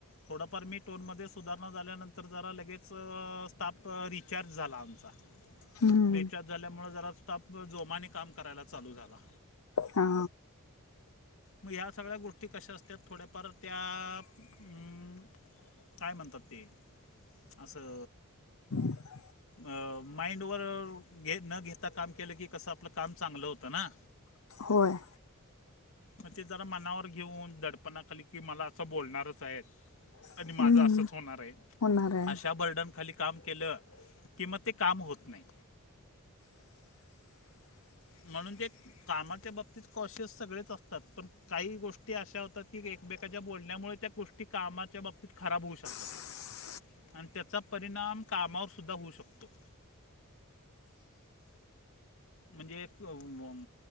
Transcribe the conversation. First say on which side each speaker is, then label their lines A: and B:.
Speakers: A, on the left; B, on the left.
A: थोडाफार मी टोनमध्ये सुधारणा झाल्यानंतर जरा लगेच स्टाप रि चार्ज झाला आमचा
B: हम्म
A: रिचार्ज झाल्यामुळं जरा स्टाफ जोमाने काम करायला चालू झाला.
B: हा,
A: मग ह सगळ्या गोष्ट गोष्टी कशा असत्यात, थोड्याफार त्या मं काय म्हणतात ते? आसं
B: <inaudible>
A: अ माइंडवर घे न घेता काम केलं की, कसं आपलं काम चांगलं होतं ना.
B: होय,
A: म ते जरा मनावर घेऊन दडपणाखाली की मला असं बोलणारच आहे, आणि
B: हम्म
A: माझं असंच होणार आहे.
B: होणार आहे
A: अशा बर्डन खाली काम केलं, कि मग ते काम होत नाही. म्हणून ते कामाच्या बाबतीत कोशस् सगळेचं असतात, पण काही गोष्टी अशा होतात की एकमेकाच्या बोलण्यामुळे त्या गोष् ती कामाच्या बाबतीत खराब होऊ शकतात.
B: <inaudible>
A: आणि त्याचा परिणाम कामावरसुद्धा होऊ शकतो. म्हणजे एक अं वं